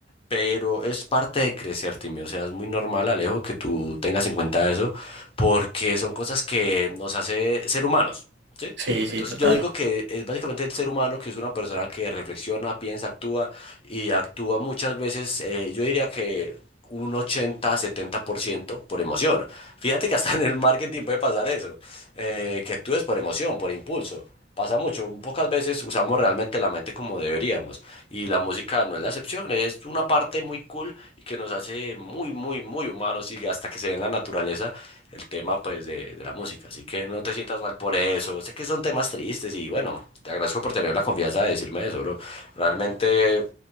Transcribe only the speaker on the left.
pero es parte de crecer, Timmy. O sea, es muy normal, Alejo, que tú tengas en cuenta eso, porque son cosas que nos hace ser humanos, ¿sí?
Entonces
yo digo que es básicamente el ser humano que es una persona que reflexiona, piensa, actúa y actúa muchas veces, eh, yo diría que un 80-70% por ciento por emoción. Fíjate que hasta en el marketing puede pasar eso, eh, que actúes por emoción, por impulso. Pasa mucho, pocas veces usamos realmente la mente como deberíamos. Y la música no es la excepción, es una parte muy cool y que nos hace muy, muy, muy humanos y hasta que se ve en la naturaleza el tema pues de, de la música. Así que no te sientas mal por eso. Sé que son temas tristes y bueno, te agradezco por tener la confianza de decirme eso, bro. Realmente,